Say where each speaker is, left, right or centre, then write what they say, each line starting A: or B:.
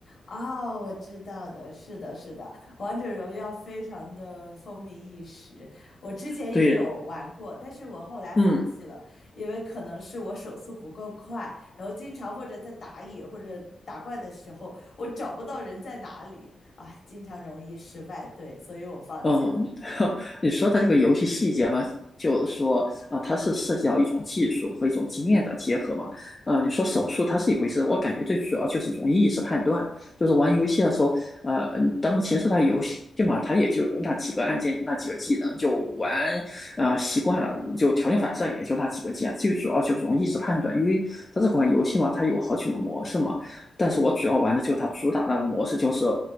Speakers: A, on the left (about 50°); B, on the left (about 20°).
A: 哦，我知道的，是的，是的，《王者荣耀》非常的风靡一时。我之前也有玩过，
B: 对，
A: 但是我后来放弃了，
B: 嗯。
A: 因为可能是我手速不够快，然后经常或者在打野或者打怪的时候，我找不到人在哪里，啊，经常容易失败，对，所以我放弃了。
B: 嗯，<laughs> 你说的这个游戏细节嘛，就是说啊、它是涉及到一种技术和一种经验的结合嘛。呃，你说手速它是一回事，我感觉最主要就是一种意识判断。就是玩游戏的时候，
A: 嗯
B: 呃，当前是它游戏嘛，它也就那几个按键、那几个技能，就玩呃习惯了，就条件反射也就那几个键。最主要就是易意识判断，因为它这款游戏嘛，它有好几种模式嘛，但是我主要玩的就是它主打那个模式，就是